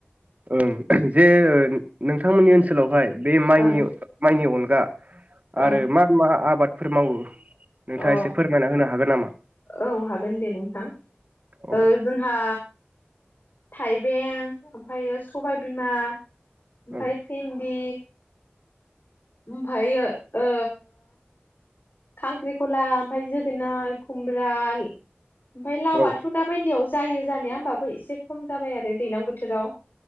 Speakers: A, on the right (about 40°); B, on the left (about 55°).
A: ओं जे नोंथांमोननि ओनसोलावहाय बे माइनि
B: ओं
A: माइनि अनगा
B: ओं
A: आरो मा मा आबाद फोर मावो नोंथाङा
B: अ
A: एसे फोरमायना होनो हागोन नामा
B: औ हागोन दे नोंथाङ
A: औ
B: ओ जोंहा थाइबें ओमफ्रायो सबाय बिमा ओमफाय
A: औ
B: भिन्दि ओमफायो ओ खांख्रिखला ओमफाय जोगोनार खुमब्राल ओमफाय लावआथ
A: औ
B: दा बायदियाव जायो जानाया होमबाबो एसे खम जाबाय आरो दैलां बोथोराव